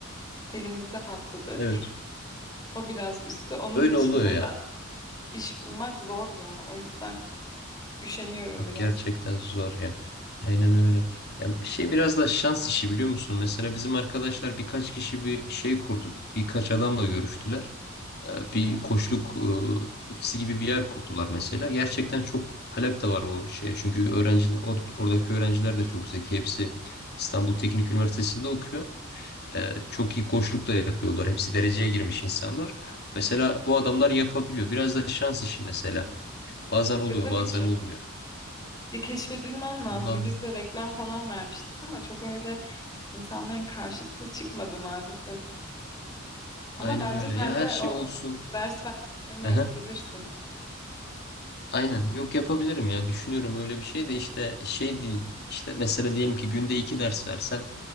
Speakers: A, on the left; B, on the left.
A: Elimizde patladı.
B: evet.
A: O biraz üzdü. Onun
B: Öyle
A: dışında
B: oluyor ya.
A: da iş bulmak zor ya. O yüzden üşeniyorum
B: Yok
A: biraz.
B: gerçekten zor yani. Aynen öyle. Yani bir şey biraz da şans işi biliyor musun? Mesela bizim arkadaşlar birkaç kişi bir şey kurdu. Birkaç adamla görüştüler. Ee,
A: Hı
B: Bir
A: hı.
B: koçluk e, ofisi gibi bir yer kurdular mesela. Gerçekten çok talep de var o şeye. Çünkü öğrenciler or- oradaki öğrenciler de çok zeki. Hepsi İstanbul Teknik Üniversitesi'nde okuyor. Ee, çok iyi koçluk da yapıyorlar. Hepsi dereceye girmiş insanlar. Mesela bu adamlar yapabiliyor. Biraz da şans işi mesela. Bazen oluyor,
A: Ya tabii
B: bazen
A: ki.
B: olmuyor.
A: Ya keşfedilmen lazım.
B: Bundan
A: Biz
B: dolayı-
A: de reklam falan vermiştik ama çok öyle insanların karşısına çıkmadı maalesef. Ama
B: aynen
A: bence
B: öyle.
A: sen
B: Ya her
A: de
B: şey
A: o
B: olsun.
A: ders verdiklerini
B: Aha,
A: yapabilirsin.
B: Aynen. Yok yapabilirim ya. Düşünüyorum öyle bir şey de işte şey değil. İşte mesela diyelim ki günde iki ders versen